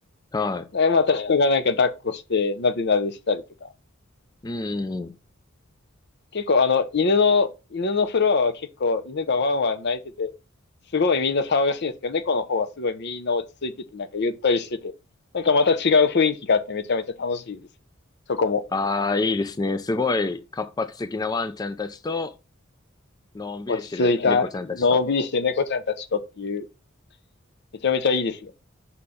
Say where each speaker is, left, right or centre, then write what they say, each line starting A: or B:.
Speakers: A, on the left; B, on the left.
A: は
B: でまた人がなんか抱っこして、なでなでしたりとか、
A: い。うんうんうん。
B: 結構あの、犬の、犬のフロアは結構犬がワンワン泣いてて、すごいみんな騒がしいんですけど、猫の方はすごいみんな落ち着いてて、なんかゆったりしてて、なんかまた違う雰囲気があってめちゃめちゃ楽しいですね。そこも。
A: ああ、いいですね。すごい活発的なワンちゃんたちと、のんびりしてる猫ちゃんたちと。
B: 落ち着いた、のんびりして猫ちゃんたちとっていう、めちゃめちゃいいですよ。